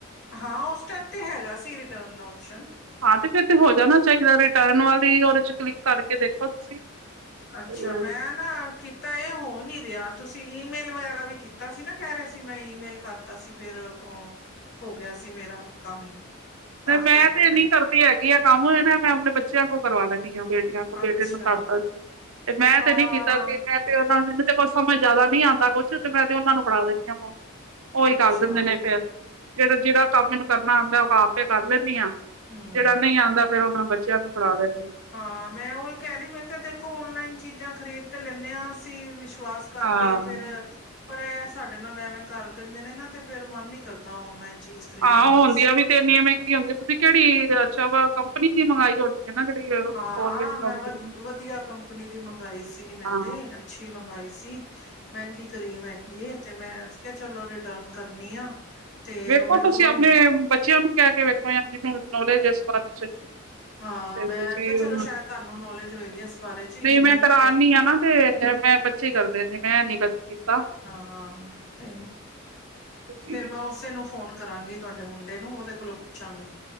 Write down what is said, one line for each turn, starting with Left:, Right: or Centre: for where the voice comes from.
Left: ਹਾਂ ਉਸ ਟਾਈਮ ਤੇ ਹੈਗਾ ਸੀ ਰਿਟਰਨ ਦਾ ਓਪਸ਼ਨ
Right: ਹਾਂ ਤੇ ਫੇਰ ਤੇ ਹੋ ਜਾਣਾ ਚਾਹੀਦਾ ਰਿਟਰਨ ਵਾਲੀ ਉਹਦੇ 'ਚ ਕਲਿੱਕ ਕਰਕੇ ਦੇਖੋ ਤੁਸੀਂ ਤੇ
Left: ਅੱਛਾ ਮੈਂ ਨਾ ਕੀ ਤਾਂ ਇਹ ਹੋ ਨੀ ਰਿਹਾ ਤੁਸੀਂ ਈਮੇਲ ਵਗੈਰਾ ਵੀ ਕੀਤਾ ਸੀ ਨਾ ਕਹਿ ਰਹੇ ਸੀ ਮੈਂ ਈਮੇਲ ਕਰ ਤਾ ਸੀ ਫਿਰ ਉਹ ਹੋ ਗਿਆ ਸੀ ਮੇਰਾ ਕੰਮ ਤਾਂ
Right: ਮੈਂ
Left: ਕਰਕੇ
Right: ਤੇਨੀ ਕਰਦੀ ਹੈਗੀ ਆ ਕੰਮ ਨਾ ਮੈਂ ਆਪਣੇ ਬੱਚਿਆਂ ਕੋਲ ਕਰਵਾ ਲੈਂਣੀ ਆਂ। ਬੇਟੇ
Left: ਅੱਛਾ
Right: ਨੂੰ ਕਰਦਾ ਸੀ ਤੇ ਮੈਂ
Left: ਹਾਂ
Right: ਤੇ ਨੀ ਕੀਤਾ ਸੀ ਮੈਂ ਤੇ ਉਹਨਾਂ ਨੂੰ ਮੈਨੂੰ ਤੇ ਕੁਛ ਸਮਝ ਜਿਆਦਾ ਨੀ ਆਂਦਾ ਕੁਛ ਤੇ ਮੈਂ ਤੇ ਉਹਨਾ ਨੂੰ ਫੜਾ ਦਿੰਦੀ ਆਂ ਪਾ ਉਹੀ
Left: ਅੱਛਾ
Right: ਕਰ ਦਿੰਦੇ ਨੇ। ਜਿਹੜਾ -ਜਿਹੜਾ ਕੰਮ ਮੈਨੂੰ ਕਰਨਾ ਹੁੰਦਾ ਉਹ ਆਪੇ ਕਰ ਲੈਂਣੀ ਆ।
Left: ਹਾਂ।
Right: ਜਿਹੜਾ ਨਹੀਂ ਆਉਂਦਾ ਫੇਰ ਉਹ ਮੈਂ ਬੱਚਿਆਂ ਨੂੰ ਫੜਾ ਦਿੰਦੀ ਆਂ।
Left: ਹਾਂ ਮੈਂ ਉਹੀ ਕਹਿ ਰਹੀ ਮੈਂ ਕਿਹਾ ਦੇਖੋ ਔਨਲਾਈਨ ਚੀਜ਼ਾਂ ਖਰੀਦ ਤੇ ਲੈਂਨੇ ਅਸੀ ਵਿਸ਼ਵਾਸ ਕਰਕੇ
Right: ਹਾਂ
Left: ਫਿਰ ਪਰ ਇਹ ਸਾਡੇ ਨਾਲ ਐਵੇਂ ਕਰ ਦਿੰਦੇ ਨੇ ਨਾ ਤੇ ਫੇਰ ਮਨ ਨੀ ਕਰਦਾ ਔਨਲਾਈਨ ਚੀਜ਼ ਖਰੀਦਣ
Right: ਆਹੋ
Left: ਦਾ
Right: ਹੁੰਦੀ ਆ ਵੀ ਤੇ ਇੰਨੀਆਂ ਮਹਿੰਗੀਆ ਹੁੰਦੀ ਤੁਸੀਂ ਕਿਹੜੀ ਅੱਛਾ ਵਾ ਕੰਪਨੀ ਦੀ ਮ ਮੰਗਾਈ ਹੋਣੀ ਹੈ ਨਾ ਜਿਹੜੀ
Left: ਹਾਂ
Right: ਕੋਰੀਅਨ
Left: ਮੈਂ
Right: ਕੰਪਨੀ
Left: ਵਧ ਵਧੀਆ ਕੰਪਨੀ ਦੀ ਮੰਗਾਈ ਸੀ ਮੈਂ
Right: ਹਾਂ
Left: ਤੇ ਅੱਛੀ ਮੰਗਵਾਾਈ ਸੀ ਮਹਿੰਗੀ ਕਰੀਮ ਹੈਗੀ ਇਹ ਤੇ ਮੈਂ ਕਿਹਾ ਚਲੋ ਰਿਟਰਨ ਕਰਨੀ ਆ। ਤੇ
Right: ਵੇਖੋ
Left: ਉਹ ਮੇਰੇ
Right: ਤੁਸੀਂ
Left: ਕੋਲੋਂ
Right: ਆਪਣੇ ਬੱਚਿਆਂ ਨੂੰ ਕਹਿ ਕੇ ਵੇਖੋ ਯ ਜ ਨੌਲੇਜ ਹੈ ਇਸ ਬਾਰੇ ਚ
Left: ਹਾਂ
Right: ਤੇ
Left: ਮੈਂ
Right: ਤੁਸੀਂ
Left: ਕਿਹਾਿਆ ਚਲੋ
Right: ਉਹਨੂੰ
Left: ਸ਼ਾਇਦ ਤੁਹਾਨੂੰ ਨੌਲੇਜ ਹੋਏਗੀ ਇਸ ਬਾਰੇ ਚ
Right: ਨਹੀਂ
Left: ਈਮੇਲ,
Right: ਮੈਂ ਕਰਾਨੀ ਆ ਨਾ ਤੇ ਮੈਂ ਬੱਚੇ ਕਰਦੇਦੀ ਮੈਂ ਨੀ ਕਦੀ ਕੀਤਾ।
Left: ਹਾਂ-ਹਾਂ ਤੇ,
Right: ਤੁਸੀਂ
Left: ਫੇਰ ਮੈਂ ਉਸੇ ਨੂੰ ਫੋਨ ਕਰਾਂਗੀ ਤੁਹਾਡੇ ਮੁੰਡੇ ਨੂੰ ਉਹਦੇ ਕੋਲੋਂ ਪੁੱਛਾਂਗੀ।